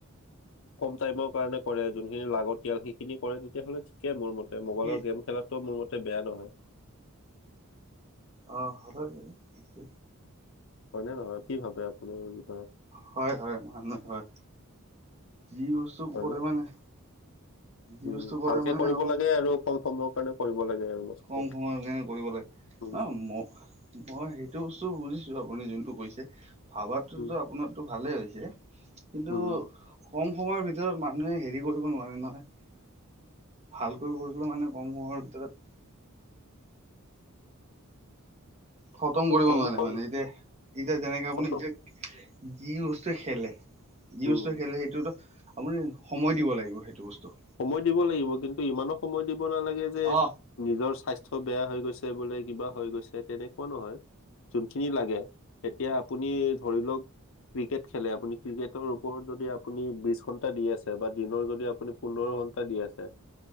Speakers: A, on the left; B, on the right.
A: কম টাইমৰ কাৰণে কৰে, যোনখিনি লাগতিয়াল সেইখিনি কৰে তেতিয়াহ'লে <unintelligible> মোৰ মতে মোবাইলৰ
B: কি
A: গেম খেলাটো মোৰ মতে বেয়া নহয়।
B: অ' হয় সেইটো।
A: হয়নে নহয়, কি ভাবে আপুনি এই বিষয়ে
B: হয় হয়, মানুহ হয়। যি বস্তু
A: হয়
B: কৰে
A: ন
B: মানে যি
A: উম,
B: বস্তু কৰে
A: ভালকে
B: মানে
A: কৰিব
B: আপোন
A: লাগে আৰু কম সময়ৰ কাৰণে কৰিব লাগে আৰু। বস্তুটো
B: কম সময়ৰ কাৰণে কৰিবলৈ
A: উম
B: <unintelligible> মই সেইটো বস্তু বুজিছোঁ আপুনি যোনটো কৈছে। ভাবাটোতো
A: উম
B: আপোনাৰটো ভালেই হৈছে কিন্তু
A: উম
B: কম সময়ৰ ভিতৰত মানুহে হেৰি কৰিব নোৱাৰে নহয়। ভালকৈ কৰিছিলোঁ মানে কম সময়ৰ ভিতৰত খতম
A: ত'
B: কৰিব
A: কম
B: নোৱাৰে
A: কম
B: মানে এতিয়া, এতিয়া যেনেকে আপুনি
A: ফটক
B: এতিয়া যি বস্তু খেলে, যি
A: উম
B: বস্তু খেলে সেইটোতো আপুনি সময় দিব লাগিব সেইটো বস্তু।
A: সময় দিব লাগিব কিন্তু ইমানো সময় দিব নালাগে যে
B: অ
A: নিজৰ স্বাস্থ্য বেয়া হৈ গৈছে, বোলে কিবা হৈ গৈছে তেনেকুৱা নহয়। যোনখিনি লাগে, তেতিয়া আপুনি ধৰি লওঁক ক্ৰিকেট খেলে, আপুনি ক্ৰিকেটৰ ওপৰত যদি আপুনি বিশ ঘন্টা দি আছে বা দিনৰ যদি আপুনি পোন্ধৰ ঘন্টা দি আছে